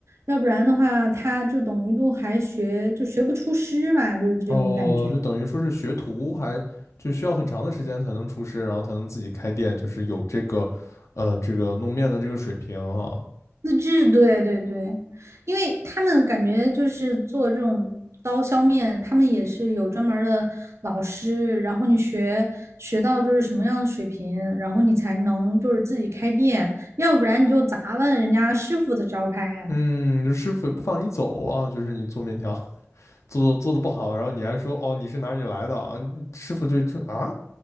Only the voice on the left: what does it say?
哦，就等于说是学徒还就需要很长的时间才能出师，然后才能自己开店，就是有这个呃这个弄面的这个水平啊。
嗯，就师傅也不放你走啊，就是你做面条做做做的不好，然后你还说哦你是哪里来的啊，嗯师傅就就啊，